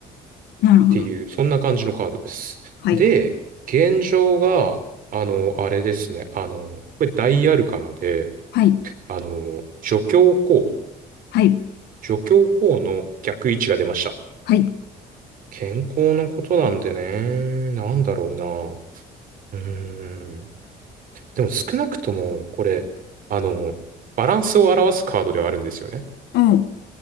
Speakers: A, on the left (about 80°); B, on the right (about 55°).
A: なるほど。
B: ていう、そんな感じのカードです。
A: はい。
B: で、現状が、あの、あれですね。あの、これ大アルカナで、
A: はい。
B: あの、助教皇、
A: はい。
B: 助教皇の逆位置が出ました。
A: はい。
B: 健康のことなんでね、なんだろうな。うーん。でも少なくとも、これ、あの、バランスを表すカードではあるんですよね。だか
A: おう。